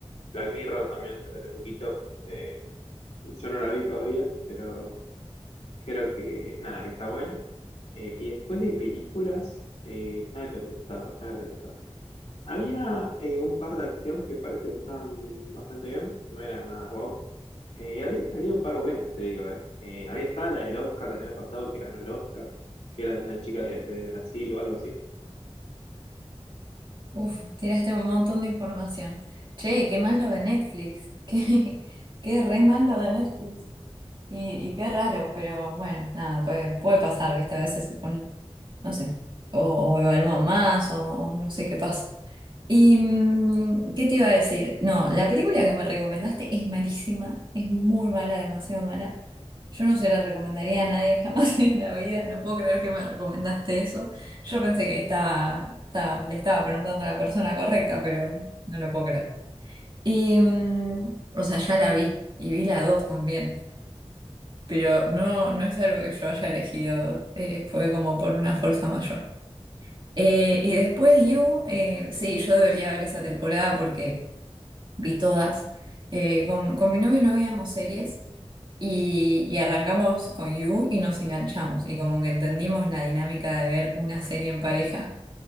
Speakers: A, on the left (about 80°); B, on the right (about 45°).
A: Black Mirror también salió hace poquito. eh, yo no la vi todavía, pero Creo que nada, que está buena. Eh, y después de películas, eh, déjame pensar, déjame pensar. Había eh, un par de acción que parece que estaban bastante bien, no eran nada guau. Eh, habían salido un par buenas, te digo, eh. Eh, había estado la del Oscar del año pasado que ganó el Oscar, que era de una chica de, de Brasil o algo así.
B: Uf, tiraste un montón de información. Che, qué mal lo de Netflix. <laughs> Qué, qué re mal lo de Netflix. Y, y qué raro, pero bueno, nada, puede, puede pasar, ¿viste? A veces se ponen, no sé, o, o evalúan más, o, o no sé qué pasa. ¿Y mm, qué te iba a decir? No, la película que me recomendaste es malísima, es muy mala, demasiado mala. Yo no se la recomendaría a nadie jamás <laughs> en la vida, no puedo creer que me recomendaste eso. Yo pensé que estaba, estaba- le estaba preguntando a la persona correcta, pero no lo puedo creer. Y, mm, o sea, ya la vi, y vi la dos también pero no, no es algo que yo haya elegido, eh, fue como por una fuerza mayor. Eh, y después You, eh, sí, yo debería ver esa temporada porque vi todas. Eh, con, con mi novio no veíamos series y, y arrancamos con You y nos enganchamos y como que entendimos la dinámica de ver una serie en pareja.